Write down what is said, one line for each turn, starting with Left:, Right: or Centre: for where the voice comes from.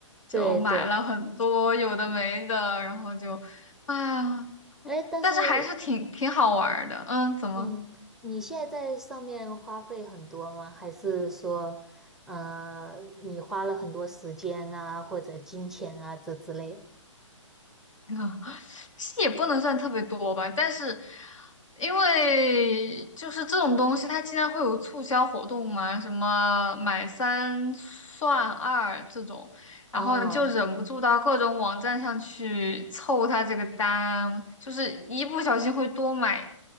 Left: 就买了很多有的没的，
Centre: 对对，
Left: 然后就啊，
Centre: 诶，但是，
Left: 但是还是挺挺好玩儿的。嗯，怎么？
Centre: 嗯，你现在在上面花费很多吗？还是说，呃，你花了很多时间啊，或者金钱啊，这之类的？
Left: <laughs> 啊，其实也不能算特别多吧，但是因为就是这种东西，它经常会有促销活动嘛，什么买三算二这种，然后你就忍不住到各种网站上去凑它这个单，
Centre: 哦。
Left: 就是一不小心会多买